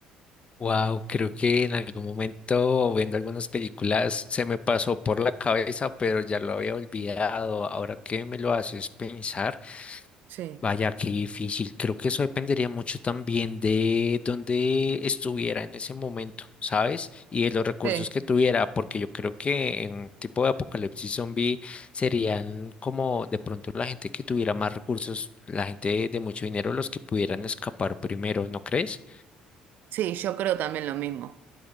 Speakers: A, on the left; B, on the right.
A: Wow, creo que en algún momento viendo algunas películas se me pasó por la cabeza, pero ya lo había olvidado. Ahora que me lo haces pensar,
B: Sí.
A: vaya, qué difícil. Creo que eso dependería mucho también de dónde estuviera en ese momento, ¿sabes? Y de los recursos
B: Sí,
A: que tuviera, porque yo creo que en tipo de apocalipsis zombie serían como de pronto la gente que tuviera más recursos, la gente de mucho dinero, los que pudieran escapar primero, ¿no crees?
B: Sí, yo creo también lo mismo.